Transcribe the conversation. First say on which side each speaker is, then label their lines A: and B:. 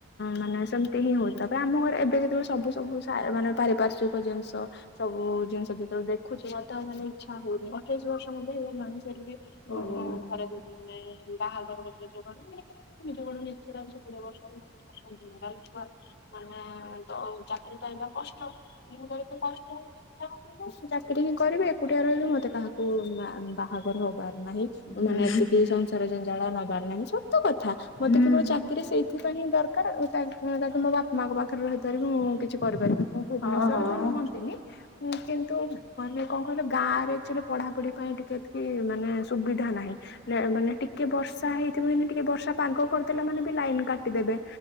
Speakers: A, on the left; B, on the left.
A: ମାନେ ସେମିତି ହିଁ ହଉଛି ତାପରେ ଆମ ଘରେ ଏବେ ଯେତେବେଳେ ସବୁ ସବୁ ସାର୍ ମାନେ ପାରିପାର୍ଶକ ଜିନିଷ ସବୁ ଜିନିଷ ଯେତେବେଳେ ଦେଖୁଛୁ ବା ତାଆ ମାନେ ଇଚ୍ଛା ହଉନି ଅଠେଇଶ ବର୍ଷ ମଧ୍ୟରେ ମାଣ ଛାଡ଼ିଲି।
B: ଓହୋ
A: ଉଁ ଘରେ ବୁଝିଲେ ନାଇଁ ବାହାଘର ଭିତରେ ଯୋଣ <unintelligible> ନିଜ ଗୋଡ ଇଚଛାଛି କୋଡ଼ିଏ ବର୍ଷଛୁଆ <unintelligible> ଆ ତ ଚାକିରି ପାଇବା କଷ୍ଟ ମୁ କରେ ତ କଷ୍ଟ ହଉଚି। ଚାକିରି ହିଁ କରିବି ଏକୁଟିଆ ରହିବି ମତେ କାହାକୁ ବା ବାହାଘର ହବାର ନାହିଁ।
B: ହୁଁ
A: ମାନେ ଏତିକି ସଂସାର ଜଞ୍ଜାଳ ନେବାର ନାହିଁ ସତ କଥା
B: ହୁଁ
A: ମତେ କେବଳ ଚା କିରି ସେଇଥିପାଇଁ ହିଁ ଦରକାର ତା ତାକୁ ମୋ ବାପା ମାଙ୍କ ପାଖରେ ରହିପାରିବି ମୁଁ କିଛି କରିପାରିବି। ମୁଁ ଭୁବନେଶ୍ୱର
B: ହଁ ହଁ
A: ବି ରୁହନ୍ତିନି ହୁଁ କିନ୍ତୁ ମାନେ କଣ କହିଲ ଗାଁ ରେ ଏକ୍ଚୁଲୀ ପଢାପଢି ପାଇଁ ଟିକେ ଏତିକି ମାନେ ସୁବିଧା ନାହିଁ। ମାନେ ଟିକେ ବର୍ଷା ହେଇଥିବ ନେ ଟିକେ ବର୍ଷା ପାଗ କରିଦେଲା ମାନେ ବି ଲାଇନ କାଟିଦେବେ।